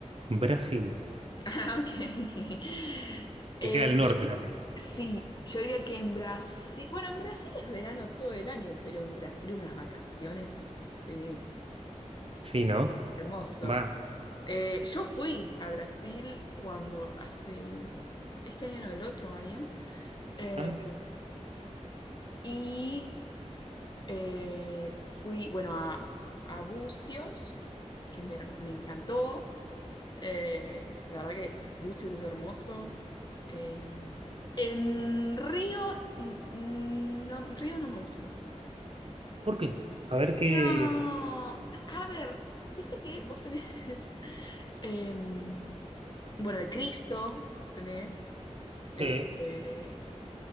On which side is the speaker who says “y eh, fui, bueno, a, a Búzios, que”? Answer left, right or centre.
Left